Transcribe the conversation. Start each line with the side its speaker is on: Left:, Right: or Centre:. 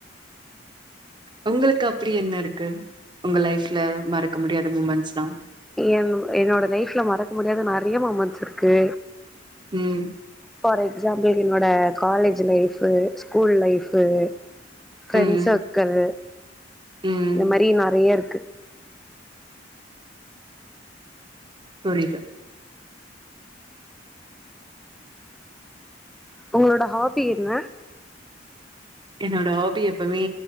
Right: ஒங்களுக்கு அப்டி என்ன இருக்கு உங்க லைஃப்ல மறக்க முடியாத முமெண்ட்ஸ்லா
Centre: என் என்னோட லைஃப்ல மறக்க முடியாத நெறைய முமண்ட்ஸ் இருக்கு
Right: ம்
Centre: ஃபார் எக்ஸாம்பிள் என்னோட college life school life friend
Right: ம்
Centre: சர்க்கிள்
Right: ம்
Centre: இந்த மாரி நெறைய இருக்கு
Right: புரிது
Centre: உங்களோட ஹாபி என்ன
Right: என்னோட ஹாபி எப்பவுமே